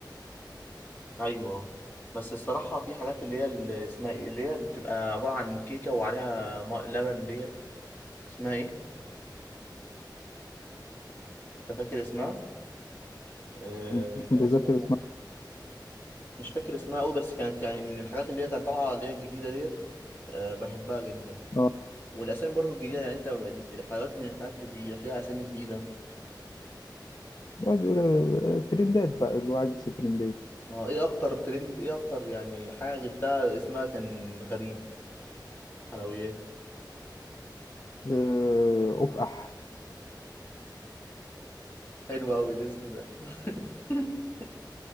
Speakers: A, on the left; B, on the left.
A: ايوه بس الصراحه في حاجات اللي هي اللي اسمها ايه اللي هي بتبقى عباره عن كيكه وعليها ماء لبن ديت اسمها ايه انت فاكر اسمها آه
B: أنا مش متذكر
A: كان اسمها
B: اسمها
A: مش فاكر اسمها قوي بس كانت يعني من الحاجات اللي هي كانت طالعه اللي هي الجديده ديت آه بحبها جدا
B: آه.
A: والاسامي برضو الجديده يعني انت الحلويات من الحاجات اللي بيبقى فيها اسامي جديده
B: بعد يقول آه، ترندات بقى اللي هو عايز يكسب ترندات
A: اه ايه اكتر ترند ايه اكتر يعني حاجه جبتها اسمها كان غريب حلويات
B: آه، افقح
A: حلو قوي الاسم ده <laughs>